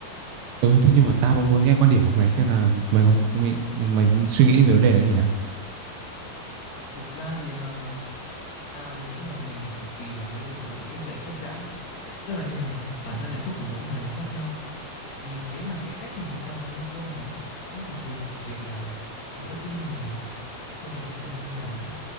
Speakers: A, on the right (about 75°); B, on the left (about 75°).
A: ừ thế nhưng mà tao vẫn muốn nghe quan điểm của mày xem là mày còn mày, mày suy nghĩ về vấn đề này như nào.
B: Thực ra thì ờ, tao thì nghĩ là mình phải tùy vào cái việc là định nghĩa sự hạnh phúc đã. Tức là như này, bản thân hạnh phúc của mỗi người là khác nhau. Vì thế mà cái cách mà người ta nói cái câu này á, nó còn tùy vào việc là mỗi cái người sẽ cho rằng hạnh phúc là như nào đã.